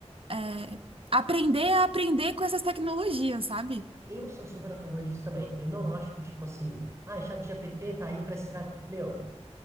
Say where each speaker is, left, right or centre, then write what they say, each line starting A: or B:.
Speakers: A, on the right; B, on the right.
A: é, aprender a aprender com essas tecnologias, sabe?
B: Eu sou super a favor disso também. Eu não acho que, tipo assim, ah, é ChatGPT tá aí pra extrair. Meu,